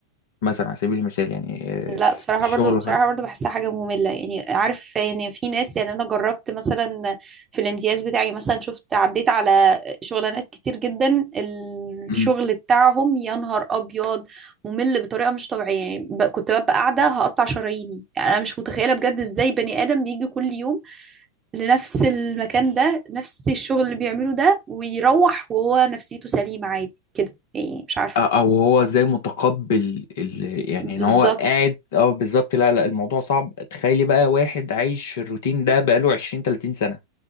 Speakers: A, on the left; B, on the right.
A: مثلا على سبيل المثال يعني آه،
B: لا بصراحة
A: الشغل
B: برضو بصراحة
A: والحاجة
B: برضو بحسها حاجة مملة يعني عارف يعني في ناس يعني أنا جربت مثلا في الامتياز بتاعي مثلا شفت عديت على شغلانات كتير جدا الشغل
A: مم.
B: بتاعهم يا نهار أبيض ممل بطريقة مش طبيعية يعني ب- كنت ببقى قاعدة هقطع شراييني يعني أنا مش متخيلة بجد إزاي بني آدم بيجي كل يوم لنفس المكان ده نفس الشغل اللي بيعمله ده ويروح وهو نفسيته سليمة عادي كده يعني مش عارفة
A: او هو ازاي متقبل ال... يعني
B: بالظبط
A: ان هو قاعد اه بالظبط لا لا الموضوع صعب تخيلي بقى واحد عايش الروتين ده بقاله 20 30